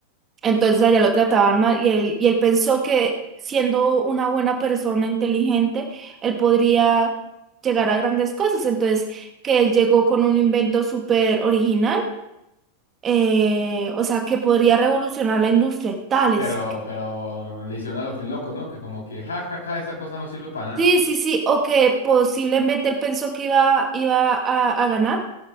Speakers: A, on the right; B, on the left.
A: entonces allá lo trataban mal y él, y él pensó que siendo una buena persona inteligente, él podría llegar a grandes cosas. Entonces, que él llegó con un invento súper original, eh, o sea, que podría revolucionar la industria y tales.
B: Pero, pero le hicieron a lo Flynn loco, ¿no? Que como que, ja, ja, ja, esa cosa no sirve para nada.
A: Sí, sí, sí, o que posiblemente él pensó que iba, iba a a ganar